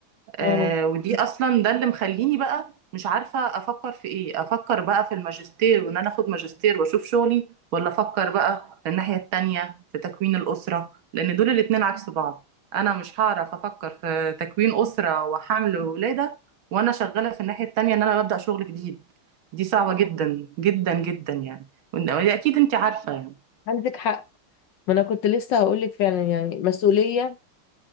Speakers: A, on the right; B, on the left.
A: آه
B: اه
A: ودي اصلا ده اللي مخليني بقى مش عارفه افكر في ايه افكر بقى في الماجستير وان انا اخد ماجستير واشوف شغلي ولا افكر بقى في الناحيه التانية في تكوين الاسره لان دول الاتنين عكس بعض انا مش هعرف افكر في تكوين اسره وحمل ولاده وانا شغاله في الناحيه التانية ان انا ببدا شغل جديد دي صعبه جدا جدا جدا يعني وإن- اكيد انت عارفه يعني
B: عندك حق ما انا كنت لسه هقول لك فعلا يعني مسؤولية